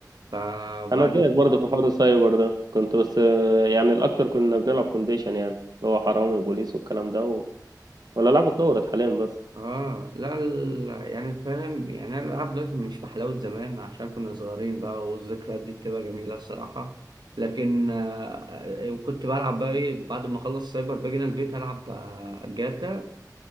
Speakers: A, on the right; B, on the right.
A: فبعد
B: انا زيك
A: كده
B: برضه في حوار السايبر ده كنت بس آه، يعني الاكتر كنا بنلعب كونديشن يعني اللي هو حرامي بوليس والكلام ده و... ولا لعبة اتطورت حاليا بس
A: اه لا ال- يعني فاهم يعني انا الالعاب دلوقتي مش بحلاوه زمان عشان كنا صغيرين بقى والذكريات دي بتبقى جميله الصراحه لكن آه وكنت بلعب بقى ايه بعد ما اخلص سايبر باجي هنا البيت العب آه، جاتا